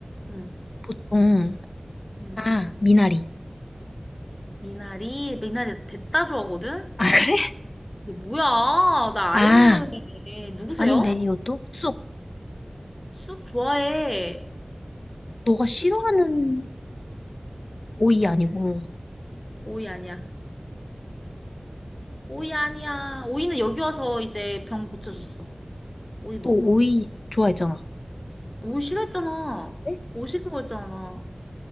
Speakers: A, on the left; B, on the left.
A: 응.
B: 보통,
A: 응.
B: 아, 미나리.
A: 미나리 미나리 됐다 좋아하거든.
B: 아, 그래?
A: 이게 뭐야? 나
B: 아,
A: 아예 모르는 애. 누구세요?
B: 아닌데, 이것도? 쑥.
A: 쑥 좋아해.
B: 너가 싫어하는
A: 쑥
B: 오이 아니고,
A: 오이 아니야. 오이 아니야. 오이는 여기 와서 이제 병 고쳐줬어. 오이 먹어.
B: 또 오이 좋아했잖아.
A: 오이 싫어했잖아.
B: 네?
A: 오이 싫은 거였잖아.